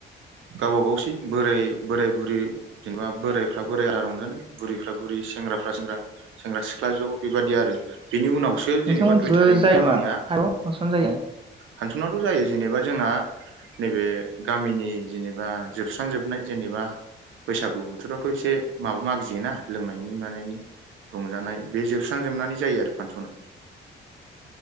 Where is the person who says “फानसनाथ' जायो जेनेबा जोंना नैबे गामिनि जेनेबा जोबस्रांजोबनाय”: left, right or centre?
Right